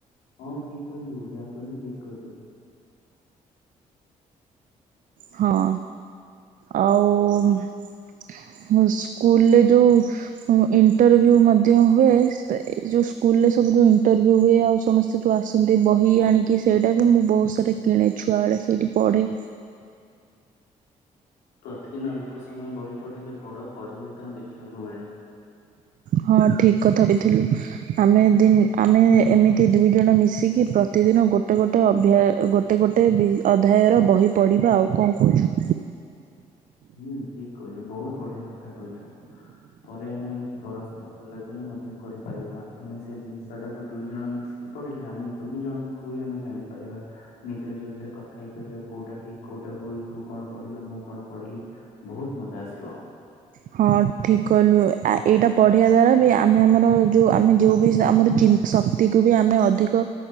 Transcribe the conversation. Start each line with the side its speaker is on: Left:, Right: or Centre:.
Left: ହଁ ଠିକ କହିଲୁ ଯାହା କହିଲୁ ଠିକ କହିଲୁ।
Right: ହଁ ଆଉ। ସ୍କୁଲରେ ଯେଉଁ ଇଣ୍ଟରଭିୟ୍ୟୁ ମଧ୍ୟ ହୁଏ। ଯୋଉ ସ୍କୁଲରେ ସବୁ ଯଉ ଇଣ୍ଟରଭିୟ୍ୟୁ ହୁଏ ଆଉ ସମ ସେ ଯୋଉ ଆସନ୍ତି ବହି ଆଣିକି ସେଇଟା ବି ମୁଁ ବହୁତ ସାରା କିଣେ ଛୁଆ ବେଳେ ସେଇଠି ପଢେ।
Left: ପ୍ରତିଦିନ ଅଳ୍ପ ସମୟ ବହି ପଡ଼ିଲେ ବଡ଼ ପରିବର୍ତ୍ତନ ଦେଖିବାକୁ ମିଳେ।
Right: ହଁ ଠିକ କଥା ବି ଥିଲୁ। ଆମେ ଦି ଆମେ ଏମିତି ଦୁଇ ଜଣ ମିଶିକି ପ୍ରତିଦିନ ଗୋଟେ ଗୋଟେ ଅଭ୍ୟା ଗୋତେ ଗୋଟେ ବି ଅଧ୍ୟାୟର ବହି ପଢ଼ିବା ଆଉ କଣ କହୁଛୁ?
Left: ହୁଁ ଠିକ କହିଛୁ ବହୁତ ବଢିଆ କଥା କହିଛୁ। ପରେ ଆମେ ପରସ୍ପର ଆଲୋଚନା ମଧ୍ୟ କରିପାରିବା ଆମେ ସେ ଜିନିଷ ଟାକୁ ଦୁଇ ଜଣ ମିଶି ପଢିଲେ ଆମେ ଦୁଇ ଜଣଙ୍କୁ ହି ଆମେ ଜାଣିପାରିବା। ନିଜ ନିଜ ଭିତରେ କଥା ହେଇପାରିବା କୋଉଟା ଠିକ କୋଉଟା ଭୁଲ। ତୁ କଣ ପଢିଲୁ ମୁ କଣ ପଢିଲି। ବହୁତ ମଜା ଆସିବ।
Right: ହଁ ଠିକ କଲୁ ଆ ଏଇଟା ପଢିବା ଦ୍ଵାରା ବି ଆମେ ଆମର ଯୋଉ ଆମେ ଯୋଉ ବି ଆମର ଚି ଶକ୍ତିକୁ ବି ଆମେ ଅଧିକ